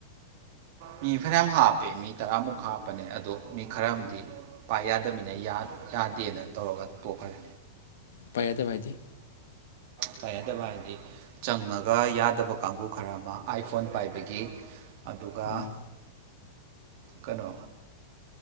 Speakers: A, on the right (about 45°); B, on the left (about 80°).
A: ꯃꯤꯐꯝꯝ ꯍꯥꯞ ꯃꯤ ꯇꯔꯥꯃꯨꯛ ꯍꯥꯞꯄꯅꯦ ꯑꯗꯨ ꯑꯗꯣ ꯃꯤ ꯈꯔ ꯑꯃꯗꯤ ꯄꯥꯛ ꯌꯥꯗꯃꯤꯅ ꯌꯥꯗꯦꯅ ꯇꯧꯔꯒ ꯇꯣꯛꯈ꯭ꯔꯦ
B: ꯄꯥꯏꯗ ꯚꯥꯏꯗꯤ
A: ꯐꯩꯗꯕ ꯍꯥꯏꯗꯤ ꯆꯪꯉꯒ ꯌꯥꯗꯕ ꯀꯥꯡꯕꯨ ꯈꯔ ꯑꯃ ꯑꯥꯏꯐꯣꯟ ꯄꯥꯏꯕꯒꯤ ꯑꯗꯨꯒ
B: ꯎꯝ
A: ꯀꯩꯅꯣ